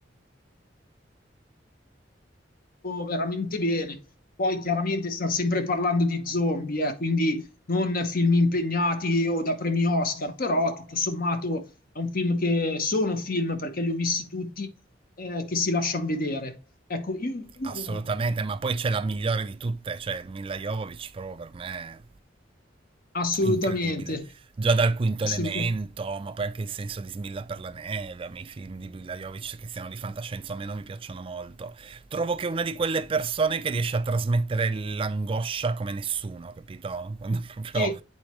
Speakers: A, on the left; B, on the right.
A: veramente bene. Poi chiaramente sta sempre parlando di zombie, eh, quindi non film impegnati o da premi Oscar, però tutto sommato è un film che sono film perché li ho visti tutti eh, che si lasciano vedere. Ecco, io uno
B: Assolutamente, ma poi c'è la migliore di tutte, cioè Mila Jovovich proprio per me.
A: assolutamente,
B: Incredibile. Già dal Quinto
A: assolutamente.
B: Elemento, ma poi anche il senso di Smilla per la neve, a me i film di Brila Jovic che siano di fantascienza o meno mi piacciono molto. Trovo che è una di quelle persone che riesce a trasmettere l'angoscia come nessuno, capito? <laughs> Quando proprio
A: Sì,